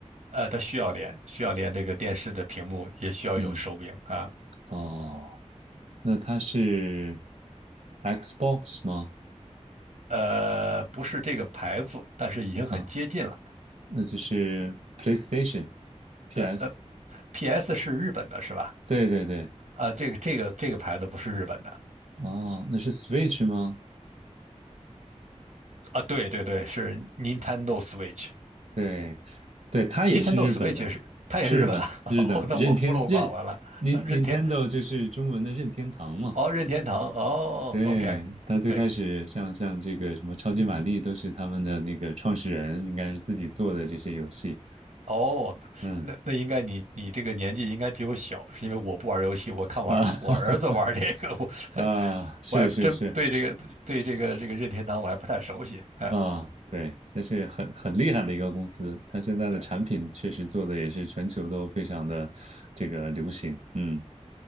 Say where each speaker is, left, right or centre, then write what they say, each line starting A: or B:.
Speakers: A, on the right; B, on the right.
A: 呃，它需要连需要连这个电视的屏幕，也需要有手柄啊。
B: 嗯哦，那它是 Xbox 吗？
A: 呃，不是这个牌子，但是已经很接近了。
B: 啊，那就是 PlayStation、PS，
A: 呃呃，PS 是日本的是吧？
B: 对对对，
A: 啊、这个这个这个牌子不是日本的
B: 哦，那是 Switch 吗？
A: 啊，对对对，是 Nintendo Switch。
B: 对，对，他也是日本的，
A: Nintendo Switch 也是它也是日本的，
B: 是日本日的任天任
A: <laughs> 哦那我孤陋寡闻了。<laughs>
B: Nin-
A: 任天
B: Nintendo 就是中文的任天堂嘛。
A: 哦，任天堂，哦，OK，
B: 对，他最开始像像这个什么超级玛丽都是他们的那个创始人应该是自己做的这些游戏。
A: 哎，哦，
B: 嗯
A: 那那应该你你这个年纪应该比我小，是因为我不玩游戏，我看玩儿我儿子玩儿这个，
B: 啊 <laughs> 哈哈哈
A: 我 <laughs>
B: <laughs> 啊，是是是
A: 我还不真对这个对这个这个任天堂我还不太熟悉，啊。
B: 啊，对，那是很很厉害的一个公司，它现在的产品确实做的也是全球都非常的这个流行。
A: 对
B: 嗯